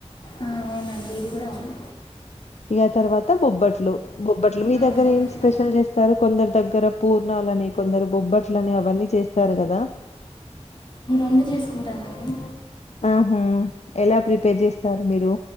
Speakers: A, on the left; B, on the left.
A: ఆ, అవునండి ఇది కూడా అవును
B: ఇక తర్వాత బొబ్బట్లు బొబ్బట్లు మీ
A: ఆ,
B: దగ్గర
A: బొబ్బట్లు
B: ఏం స్పెషల్ చేస్తారు కొందరు దగ్గర పూర్ణాలు అని కొందరు బొబ్బట్లని అవన్నీ చేస్తారు కదా
A: ఎందుకు చేసుకుంటారండి
B: ఆహా! ఎలా ప్రిపేర్ చేస్తారు మీరు